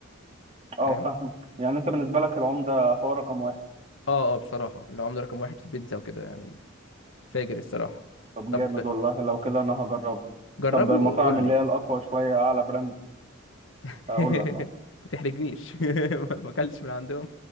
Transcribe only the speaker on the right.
اه
فاهمك يعني انت بالنسبه لك العمده هو رقم واحد
طب
جامد والله لو كده انا هجربها
طب المطاعم
اللي
هي الاقوى شويه اعلى براند
هقول لك خلاص